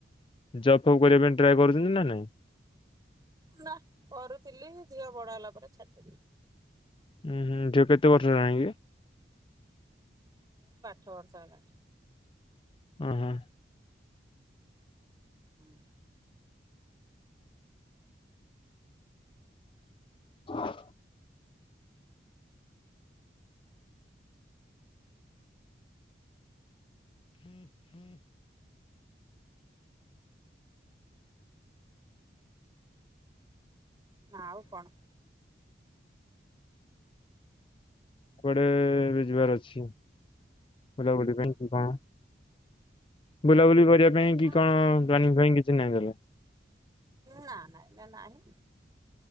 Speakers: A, on the left; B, on the right.
A: ଜବ୍ ଫପ୍ କରିବା ପାଇଁ ଟ୍ରାଏ କରୁଛନ୍ତି ନା ନାଇଁ।
B: ନା କରୁଥିଲି ଝିଅ ବଡ ହେଲା ପରେ ଛାଡିଦେଲି।
A: ହୁଁ ହୁଁ ଝିଅ କୁ କେତେ ବର୍ଷ ହେଲାଣି କି?
B: ଛ ସାଲ ହେଲାଣି।
A: ହ ହ।
B: ହୁଁ।
A: ହଁ
B: ନା ଆଉ କଣ?
A: କୁଆଡେ ବି ଯିବାର ଅଛି ବୁଲାବୁଲି ପାଇଁ କଣ? ବୁଲାବୁଲି କରିବା ପାଇଁ
B: ନା
A: କି କଣ ପ୍ଲାନିଂ ପାଇଁ କିଛି ନାଇଁ ତାହେଲେ?
B: ନା ନା ଏବେ ନାହିଁ।